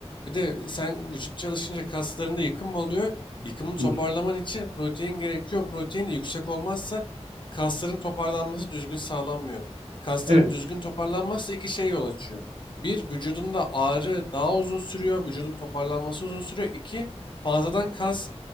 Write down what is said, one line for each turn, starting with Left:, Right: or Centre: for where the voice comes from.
Left: Bir de sen vücut çalışınca kaslarında yıkım oluyor. Yıkımı toparlaman
Right: Hı hı.
Left: için protein gerekiyor. Protein de yüksek olmazsa kasların toparlanması düzgün sağlanmıyor. Kasların
Right: Evet.
Left: düzgün toparlanmazsa iki şey yol açıyor. Bir, vücudunda ağrı daha uzun sürüyor. Vücudun toparlanması uzun sürüyor. İki, fazladan kas